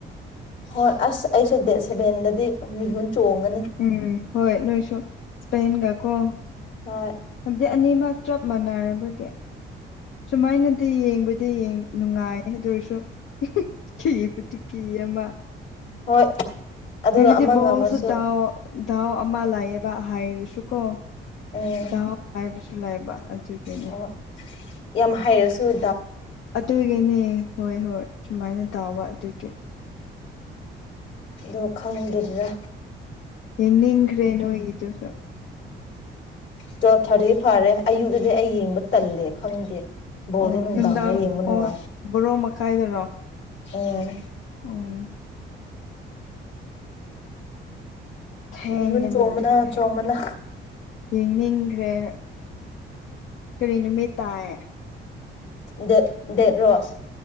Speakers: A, on the left; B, on the left.
A: ꯍꯣꯏ ꯑꯁ ꯑꯩꯁꯨ ꯗꯦ ꯁꯦꯕꯦꯟꯗꯗꯤ ꯃꯤꯍꯨꯟ ꯆꯣꯡꯒꯅꯤ
B: ꯎꯝ ꯍꯣꯏ ꯂꯣꯏꯁꯨ ꯁꯄꯦꯟꯒ ꯀꯣ
A: ꯍꯣꯏ
B: ꯑꯗꯨꯗꯤ ꯑꯅꯤꯃꯛ ꯆꯞ ꯃꯥꯟꯅꯔꯕꯒꯦ ꯁꯨꯃꯥꯏꯅꯗꯤ ꯌꯦꯡꯕꯨꯗꯤ ꯅꯨꯡꯉꯥꯏ ꯑꯦ ꯇꯔꯁꯣ ꯊꯄ ꯇꯀꯤ ꯃꯥ
A: ꯍꯣꯏ ꯑꯗꯨꯒ
B: ꯍꯃꯤꯗꯤ
A: ꯑꯃ ꯉꯝꯃꯁꯨ
B: ꯣꯁꯨꯗꯥ ꯗꯥꯥꯎ ꯑꯃ ꯂꯥꯛꯑꯕ ꯍꯥꯏꯔꯁꯨꯀꯣ
A: ꯎꯝ
B: ꯗꯥꯎ ꯍꯥꯏꯕꯁꯨ ꯂꯩꯕ ꯑꯗꯨꯒꯤꯅꯤ
A: ꯍꯣꯏ ꯌꯥꯝ ꯍꯥꯏꯩꯔꯁꯨ
B: ꯑꯗꯨꯒꯤꯅꯦ ꯍꯣꯏ ꯍꯣꯏ ꯁꯨꯃꯥꯏꯅ ꯇꯥꯎꯕ ꯑꯗꯨꯒꯤ
A: ꯑꯣ ꯈꯪꯗꯗꯔ
B: ꯌꯦꯡꯅꯤꯡꯈ꯭ꯔꯦ ꯅꯣꯏꯒꯤꯗꯨꯁꯨ
A: ꯇꯨꯋꯦꯜꯞ ꯊꯥꯔꯇꯤ ꯐꯔꯦ ꯑꯌꯨꯛꯇꯗꯤ ꯑꯩ ꯌꯦꯡꯕ ꯇꯜꯂꯦ ꯈꯪꯗꯦ ꯣꯜꯗꯅꯅꯨꯡꯗꯥꯅ
B: ꯑꯣ ꯅꯨꯡꯗꯥꯡ
A: ꯌꯦꯃꯅ
B: ꯑꯣ ꯕꯣꯔꯣ ꯃꯈꯥꯏꯗꯔꯣ
A: ꯎꯝ
B: ꯎꯝ ꯊꯦꯡꯒꯅꯤ
A: ꯃꯤꯍꯨꯟ ꯆꯣꯡꯕꯅ
B: ꯑꯗꯨ ꯑꯗꯨꯗꯤ
A: ꯆꯣꯡꯕꯅ
B: ꯌꯦꯡꯅꯤꯡꯈ꯭ꯔꯦ ꯀꯔꯤ ꯅꯨꯃꯤꯠ ꯇꯥꯏ
A: ꯗꯦ ꯗꯦꯠ ꯔꯣ